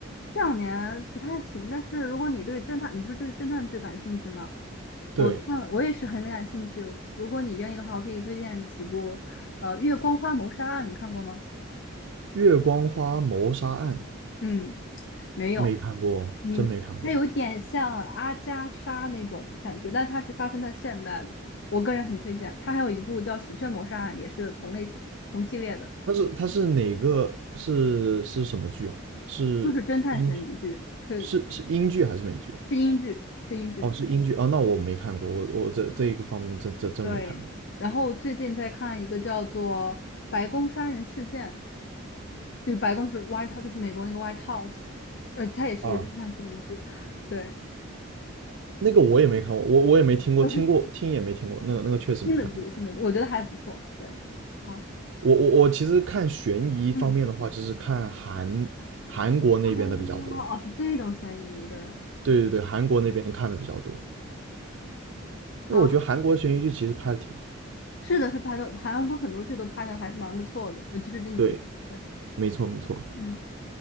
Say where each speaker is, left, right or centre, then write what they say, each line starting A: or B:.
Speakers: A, on the left; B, on the right.
A: 这两年不太行。但是如果你对侦探，你不是对侦探剧感兴趣吗？我看了，
B: 对，
A: 我也是很感兴趣。如果你愿意的话，我可以推荐几部。呃，《月光花谋杀案》你看过吗？
B: 《月光花谋杀案》
A: 嗯，没有。
B: 没看过，
A: 你它有点像阿加莎那种感觉，
B: 真没看过。
A: 但它是发生在现代的。我个人很推荐。它还有一部叫《喜鹊谋杀案》，也是同类型、同系列的。
B: 它是它是哪个是是什么剧啊？是英剧
A: 就是侦探悬疑剧，是
B: 是是英剧还是美剧啊？
A: 是英剧，是英剧。
B: 哦，是英剧哦，那我没看过，我我这这一个方面真真真没看过
A: 对，然后最近在看一个叫做《白宫杀人事件》，就是白宫是外套，就是美国那个 White House，呃，它也是一个侦探悬疑剧，
B: 啊。
A: 对，
B: 那个我也没看过，我我也没听过，
A: <laughs>
B: 听过听也没听过，那个那个确实没看过。
A: 新的剧，新的剧，我觉得还不错，对，啊，
B: 我我我其实看悬疑方面的话，
A: 嗯，
B: 就是看韩韩国那边的比较多。
A: 哦，哦，是这种悬疑，对，
B: 对对对，韩国那边看的比较多，因为我觉得韩国悬疑剧其实拍的挺好。
A: 好，是的，是拍的，韩国很多剧都拍的还是蛮不错的，尤其是近几年对，
B: 对，没错没错。
A: 嗯，